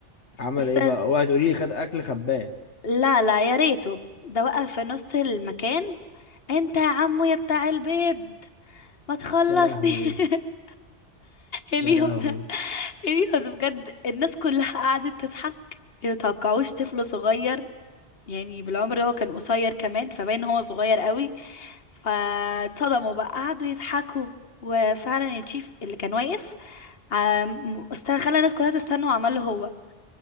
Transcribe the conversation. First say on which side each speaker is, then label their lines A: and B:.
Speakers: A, on the left; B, on the left.
A: عمل
B: بس
A: ايه بقى اوعي تقولي لي خد اكل خباه
B: لا لا يا ريته ده وقف في نص المكان انت يا عمو يا بتاع البيض ما تخلصني
A: يا لهوي
B: <laughs> اليوم
A: يا لهوي
B: ده اليوم ده بجد الناس كلها قعدت تضحك يتوقعوش طفل صغير يعني بالعمر هو كان قصير كمان فباين هو صغير قوي فاتصدموا بقى قعدوا يضحكوا وفعلا الشيف اللي كان واقف عم- است- خلى الناس كلها تستنى وعمل له هو